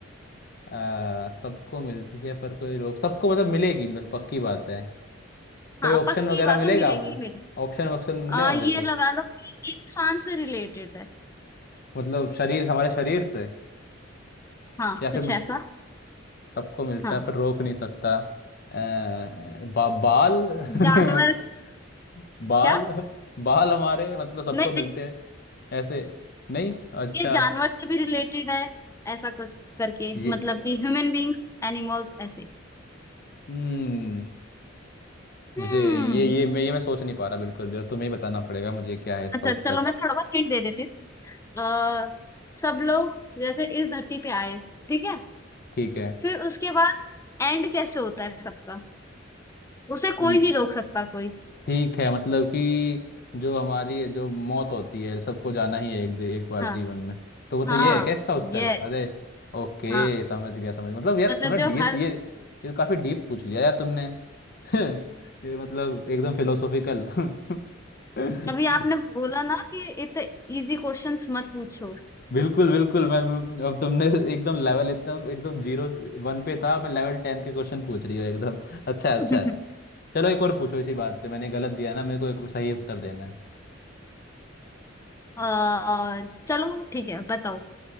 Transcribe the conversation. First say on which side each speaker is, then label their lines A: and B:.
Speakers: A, on the left; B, on the left.
A: अ, सबको मिलती है पर कोई रोक सबको मतलब मिलेगी मतलब पक्की बात है कोई
B: हाँ
A: ऑप्शन
B: पक्की
A: वगैरह
B: बात
A: मिलेगा
B: है मिलेगी
A: मुझे
B: ही मिलेगी
A: ऑप्शन वक्शन मिलेगा
B: आ, ये
A: मुझे कोई
B: लगा लो कि इंसान से रिलेटेड है
A: मतलब शरीर हमारे शरीर से
B: हाँ
A: या
B: कुछ
A: फिर मतलब
B: ऐसा
A: सबको मिलता
B: हाँ
A: है पर रोक नहीं सकता अ, बा, बाल
B: जानवर
A: <laughs> बाल
B: क्या
A: बाल हमारे मतलब सबको
B: नहीं
A: मिलते
B: नहीं
A: हैं ऐसे नहीं अच्छा
B: ये जानवर से भी रिलेटेड है ऐसा कुछ करके
A: ये
B: मतलब कि ह्यूमन बींग्स एनिमल्स ऐसे
A: हम्म
B: हम्म
A: मुझे ये ये मैं ये मैं सोच नहीं पा रहा बिल्कुल भी तो तुम्हें ही बताना पड़ेगा मुझे क्या है इसका
B: अच्छा
A: उत्तर
B: चलो मैं थोड़ा बहुत हिंट दे देती हूँ अ, सब लोग जैसे इस धरती पे आए ठीक है
A: ठीक
B: फिर उसके बाद एंड कैसे होता है सबका उसे
A: है
B: कोई नहीं रोक सकता कोई
A: ठीक है मतलब कि जो हमारी जो मौत होती है सबको जाना ही है एक दे- एक बार
B: हाँ
A: जीवन में तो मतलब
B: हाँ
A: ये है क्या इसका उत्तर
B: ये
A: अरे ओके
B: हाँ
A: समझ गया समझ मतलब यार
B: मतलब
A: तुमने
B: जो
A: डी
B: हर
A: ये ये काफी डीप पूछ लिया यार तुमने <laughs> ये मतलब एकदम फिलोसॉफिकल <laughs> नहीं
B: अभी आपने बोला ना कि इतने इजी क्वेश्चंस मत पूछो
A: बिल्कुल बिल्कुल मैं मैं- अब तुमने एकदम लेवल एकदम एकदम जीरो वन पे था मैं लेवल टेन के क्वेश्चन पूछ रही हूँ एकदम <laughs> अच्छा है
B: <laughs>
A: अच्छा है चलो एक और पूछो इसी बात पे मैंने गलत दिया ना मेरे को एक सही उत्तर देना है
B: आ, चलो ठीक है बताओ